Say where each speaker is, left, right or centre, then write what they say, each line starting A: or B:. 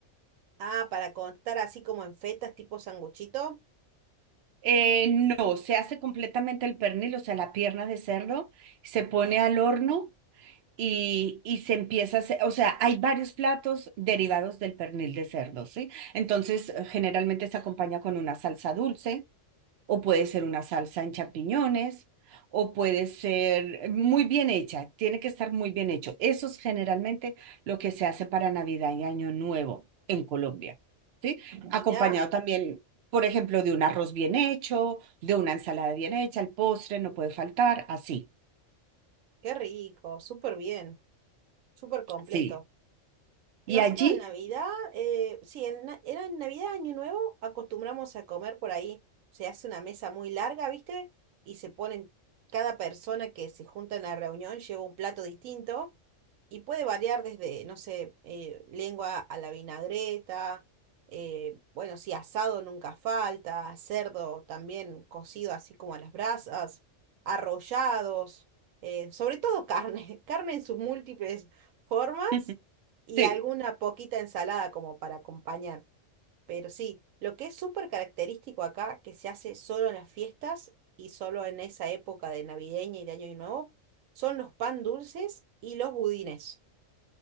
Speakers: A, on the right; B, on the right.
A: Ah, para contar así como en fetas tipo sanguchito.
B: Eh, no, se hace completamente el pernil, o sea, la pierna de cerdo, se pone al horno Y, y se empieza a hacer, o sea, hay varios platos derivados del pernil de cerdo, ¿sí? Entonces, eh, generalmente se acompaña con una salsa dulce, o puede ser una salsa en champiñones, o puede ser eh, muy bien hecha, tiene que estar muy bien hecho. Eso es generalmente lo que se hace para Navidad y Año Nuevo en Colombia, ¿sí? Acompañado
A: Mirá,
B: también, por ejemplo, de un arroz bien hecho, de una ensalada bien hecha, el postre no puede faltar, así,
A: qué rico, súper bien, súper completo.
B: sí.
A: Nosotros
B: Y allí,
A: en Navidad, eh, sí, en, na- era en Navidad, Año Nuevo, acostumbramos a comer por ahí. Se hace una mesa muy larga, ¿viste? Y se ponen, cada persona que se junta en la reunión lleva un plato distinto y puede variar desde, no sé, eh, lengua a la vinagreta, eh, bueno, sí, asado nunca falta, cerdo también cocido así como a las brasas, arrollados, eh, sobre todo carne, <laughs> carne en sus múltiples formas
B: <laughs>
A: y
B: sí.
A: alguna poquita ensalada como para acompañar. Pero sí, lo que es súper característico acá, que se hace solo en las fiestas y solo en esa época de navideña y de Año Nuevo, son los pan dulces y los budines.